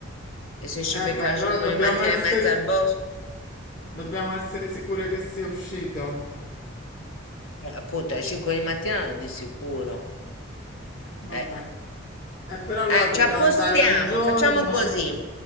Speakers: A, on the left (about 85°); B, on the left (about 50°).
A: E se ci
B: Eh
A: becca
B: beh,
A: alle
B: allora
A: 5
B: dobbiamo
A: di mattina
B: essere,
A: in mezzo al bosco?
B: dobbiamo essere sicure che sia uscito.
A: Eh, appunto, alle 5 di mattina no, di sicuro.
B: Vabbè.
A: Eh,
B: Eh, però allora
A: Eh,
B: dobbiamo
A: ci appostiamo,
B: andare un giorno.
A: facciamo così.